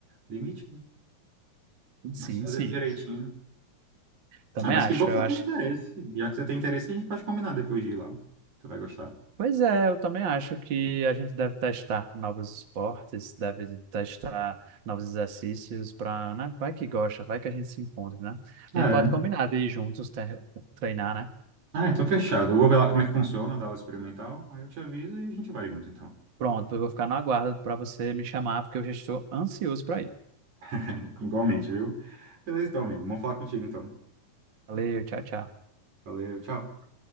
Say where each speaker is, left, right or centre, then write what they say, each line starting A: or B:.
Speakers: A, on the right; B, on the right.
A: limite, né?
B: e-
A: Mas
B: sim,
A: fazendo
B: sim.
A: direitinho.
B: Também
A: Ah, mas
B: acho.
A: que bom que
B: Eu
A: você
B: acho
A: tem interesse. Já que você tem interesse, a gente pode combinar depois de ir lá. Você vai gostar.
B: Pois é, eu também acho que a gente deve testar novos esportes, deve testar novos exercícios para, né? Vai que gosta, vai que a gente se encontra, né?
A: Ah,
B: A gente
A: É.
B: pode combinar de ir juntos tre- treinar, né?
A: Ah, então fechado. Eu vou ver lá como é que funciona a aula experimental. Aí eu te aviso e a gente vai junto, então.
B: Pronto, eu vou ficar no aguardo para você me chamar, porque eu já estou ansioso para ir.
A: <laughs> Igualmente, viu? Beleza, então, amigo. Vamos falar contigo, então.
B: Valeu, tchau, tchau.
A: Valeu, tchau.